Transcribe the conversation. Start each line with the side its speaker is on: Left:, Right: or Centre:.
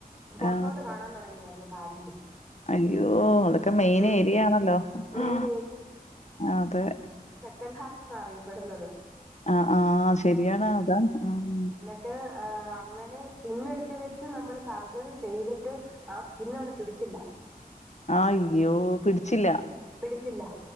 Right: പൊർത്തോട്ട്
Left: ആ.
Right: കാണാൻ തൊടങ്ങിയായിരുന്നു കാലിന്റെ.
Left: അയ്യോ അതൊക്കെ മെയിൻ
Right: ഉം
Left: ഏരിയ ആണല്ലോ ഹാ
Right: മെയിൻ
Left: അതെ.
Right: കൻഹാർട്ട് എന്ന അറിയപ്പെടുന്നത്.
Left: ആഹ് ആഹ് ശരിയാണ് അതാണ് ആഹ്.
Right: ട്ട് അങ്ങനെ സ്കിന്ന് എടുത്ത് വെച്ച് നമ്മള് സർജറി ചെയ്തിട്ട്. ആ സ്കിന്ന് അവിടെ പിടിച്ചില്ല.
Left: അയ്യോ പിടിച്ചില്ല.
Right: പിടിച്ചില്ല